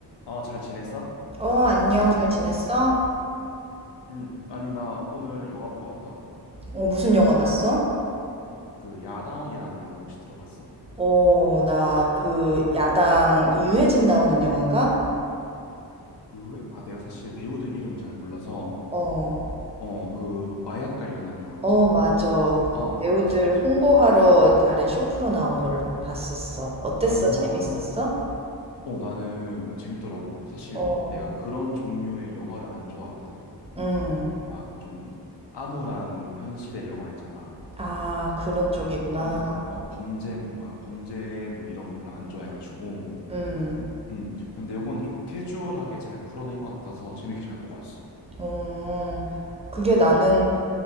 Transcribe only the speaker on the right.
어, 안녕. 잘 지냈어?
어, 무슨 영화 봤어?
어, 나 그 야당, 그 유해진 나오는 영화인가?
어,
어, 맞아. 그
배우들
홍보하러 다른 쇼프로 나온 거를 봤었어. 어땠어?
재밌었어?
어,
음.
아, 그런 쪽이구나.
음,
어, 그게
나는